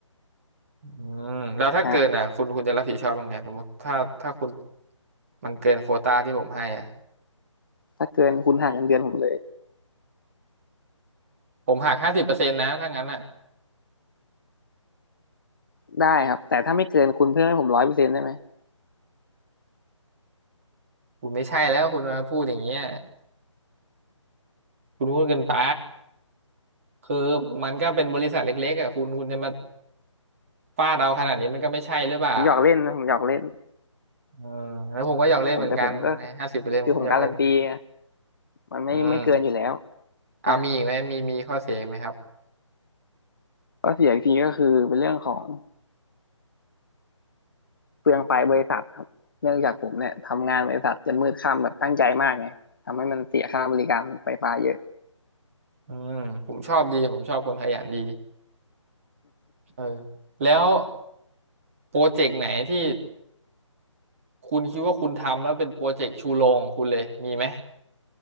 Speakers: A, on the right; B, on the left.
A: อืมแล้วถ้าเกินอ่ะคุณคุณจะรับผิดชอบยังไงสมมติถ้าถ้าคุณ
B: นะฮะ
A: มันเกินโควตาที่ผมให้อ่ะ
B: ถ้าเกินคุณหักเงินเดือนผมเลย
A: ผมหักห้าสิบเปอร์เซ็นต์นะถ้างั้นอ่ะ
B: ได้ครับแต่ถ้าไม่เกินคุณเพิ่มให้ผมร้อยเปอร์เซ็นต์ได้ไหม
A: คุณไม่ใช่แล้วคุณมาพูดอย่างเงี้ยคุณพูดเกินไปคือมันก็เป็นบริษัทเล็กๆอ่ะคุณคุณจะมาฟาดเราขนาดนี้มันก็ไม่ใช่หรือเปล่า
B: ผมหยอกเล่นนะผมหยอกเล่น
A: เออแล้วผมก็อยากเล่นเหมือนกันห้าสิบเปอร์เซ็นต์ผมก็อยากเล่นเหมือนกัน
B: ผมแต่ผมก็คือผมการันตีไงมันไม่ไม่เกินอยู่แล้ว
A: อืมอ่ามีอีกไหมมีมีข้อเสียอีกไหมครับ
B: นะ ข้อเสียอีกทีก็คือเป็นเรื่องของเปลืองไฟบริษัทครับเนื่องจากผมเนี่ยทำงานบริษัทจนมืดค่ำแบบตั้งใจมากไงทำให้มันเสียค่าบริการไฟฟ้าเยอะ
A: อืมผมชอบดีผมชอบคนขยันดีเออแล้วโปรเจกต์ไหนที่ คุณคิดว่าคุณทำแล้วเป็นโปรเจกต์ชูโรงของคุณเลยมีไหม